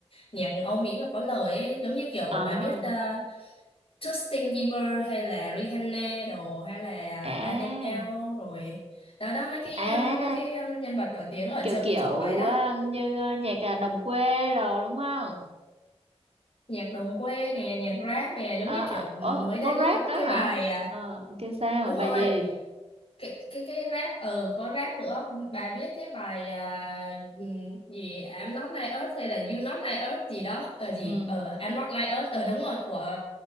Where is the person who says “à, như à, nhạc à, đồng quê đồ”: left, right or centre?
Right